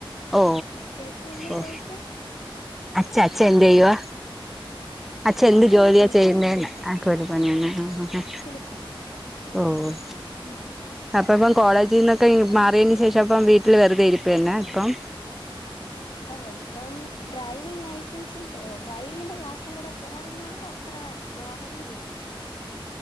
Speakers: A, in the centre; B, on the left.
A: ഓ
B: ഉം ചേച്ചി എന്താ
A: ഓ
B: ചോയിച്ചെ
A: അച്ഛ അച്ഛ എന്തെയ്യുവ അച്ഛ
B: അച്ഛൻ
A: എന്ത്
B: കൂലിപ്പണിയുണ്ട്
A: ജോലിയാ ചെയ്യുന്നേന്ന് കൂലി പണിയാണ് ആഹ് ആഹ് അഹ്
B: കൂലിപ്പണി
A: ഓഹ്
B: ഇമ്
A: അപ്പപ്പം കോളേജീന്നൊക്കെ മാറിയേന് ശേഷം അപ്പം വീട്ടില് വെറുതെ ഇരിപ്പന്നെ ഇപ്പം
B: ഓ ഇപ്പം ഡ്രൈവിംഗ് ലൈസൻസി ഡ്രൈവിഗിന്റെ ക്ലാസ്സുംകൂടെ പോകുനോണ്ട് അത്ര ബോറടിയില്ല